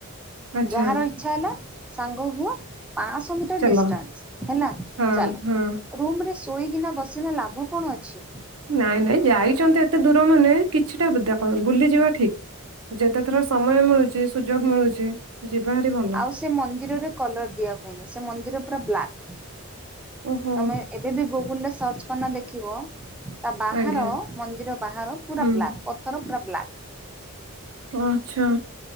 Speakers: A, on the right (about 85°); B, in the centre.
A: ଆଚ୍ଛା
B: ଯାହାର, ଛା ହେଲା, ସାଙ୍ଗ ହୁହ ପାଆଁଶହ ମିଟର
A: ଚାଲ।
B: ଡିଷ୍ଟାନ୍ସ ହେଲା
A: ହଁ
B: ଚାଲ।
A: ହଁ
B: ରୁମ ରେ ଶୋଇକିନା ବସିଲେ ଲାଭ କଣ ଅଛି?
A: ନାଇଁ ନାଇଁ ଯାଇଛନ୍ତି ଏତେ ଦୂର ମାନେ କିଛିଟା <unintelligible> ବୁଲିଯିବା ଠିକ୍। ଯେତେଥର ସମୟ ମିଳୁଛି ସୁଯୋଗ ମିଳୁଛି ଯିବା ହେରି ଭଲ।
B: ଆଉ ସେ ମନ୍ଦିରରେ କଲର ଦିଆ ହୁଏନି ସେ ମନ୍ଦିର ପୁରା ବ୍ଲାକ୍।
A: ଓହୋ
B: ତମେ ଏବେ ବି ଗୁଗୁଲ ରେ ସର୍ଚ୍ଚ କରନା ଦେଖିବ, ତା ବାହାର,
A: ଆଜ୍ଞା।
B: ମନ୍ଦିର ବାହାର ପୁରା
A: ହୁଁ
B: ବ୍ଲାକ୍ ପଥର ପୁର ବ୍ଲାକ୍।
A: ହଁ ଆଛା।